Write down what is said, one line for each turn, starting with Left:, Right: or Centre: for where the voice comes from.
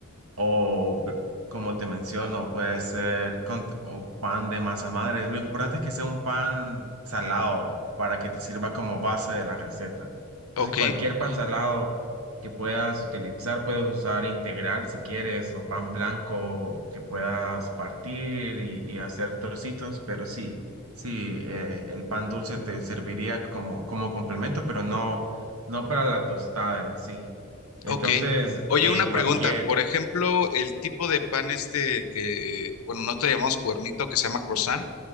Right: o b- como te menciono, puede ser con, o pan de masa madre. Lo importante es que sea un pan salado para que te sirva como base de la receta. Entonces,
Left: Ok,
Right: cualquier pan salado que puedas utilizar, puedes usar integral si quieres, o pan blanco que puedas partir y, y hacer trocitos, pero sí. Sí, eh, el pan dulce te serviría como, como complemento, pero no, no para la tostada en sí. Entonces,
Left: Ok. Oye,
Right: en
Left: una
Right: cualquier,
Left: pregunta. Por ejemplo, el tipo de pan este que, bueno, no te llamamos cuernito, que se llama croissant,